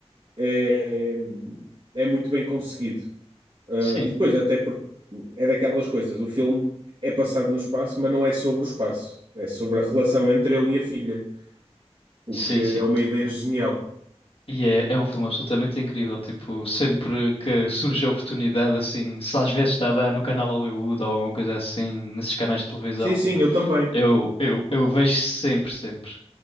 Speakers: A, on the right; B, on the left.
A: é, é muito bem conseguido. Ah,
B: Sim,
A: e depois, até porque é daquelas coisas, o filme é passado no espaço, mas não é sobre o espaço, é sobre a relação entre ele e a filha, o
B: sim,
A: que
B: sim.
A: é uma ideia genial.
B: E é, é um filme absolutamente incrível. Tipo, sempre que surge a oportunidade, assim, se às vezes está a dar no canal Hollywood ou alguma coisa assim, nesses canais de televisão,
A: Sim, sim, eu também.
B: eu, eu, eu vejo sempre, sempre.